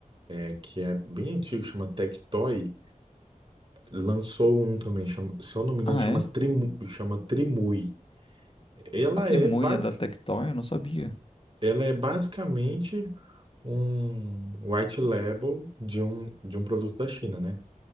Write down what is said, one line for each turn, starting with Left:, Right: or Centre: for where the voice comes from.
Right: é, que é bem antiga, chama Tectoy. Lançou um também, chama- se eu não me engano,
Left: ah,
Right: chama
Left: é?
Right: Trimu, chama Trimui. Ela
Left: A trimulha
Right: é basic,
Left: da Tectoy, eu não sabia.
Right: Ela é basicamente um white label de um, de um produto da China, né?